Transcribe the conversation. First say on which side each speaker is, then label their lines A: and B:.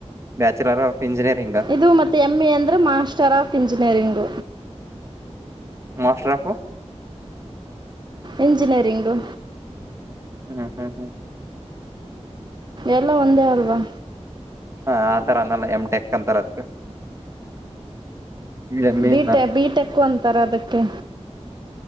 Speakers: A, on the right; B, on the right.
A: bachelor of engineering
B: ಇದು ಮತ್ತೆ ಎಮ್ ಇ ಅಂದ್ರೆ master of engineering
A: master of
B: engineering
A: ಹ್ಮ್ ಹ್ಮ ಹ್ಮ
B: ಎಲ್ಲ ಒಂದೇ ಅಲ್ವಾ
A: ಹ ಆ ತರ ಅನ್ನಲ್ಲ ಎಮ್ ಟೇಕ್ ಅಂತರ ಅದ್ಕ್ ಎಮ್ ಎ
B: ಬಿಟೆ ಬಿ ಟೇಕ್ ಒಂದು ತರದಕ್ಕೆ